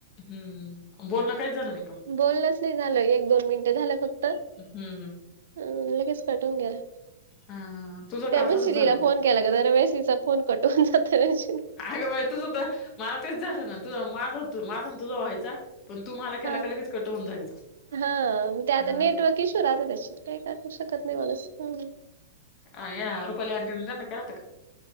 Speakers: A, on the left (about 35°); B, on the right (about 75°).
A: हम्म बोलनं काईच झालं नाई.
B: बोल्नच नइ झालं एक दोन मिनिटं. झालं फक्त.
A: हम्म हम्म.
B: अ लगेच कटून गेला.
A: हम्म तुझं
B: त्यामुळे
A: काल तसंच झालं
B: ईला
A: होतं
B: फोन केला ग दर वळेईचा फोन कटून जातो.
A: अगं बाई तुझं त माला तेच झालं ना तु माझ तू माझं तुझं व्हायचा. पण तू मला केला
B: हा
A: का लगेच कट होऊन जायचा
B: हाव म ते आता
A: अं,
B: नेटवर्क इशू राहते त्याच्यात काय कर शकत नाही मानूस हां.
A: अया रुपाली <unintelligible> जा ना कराता का?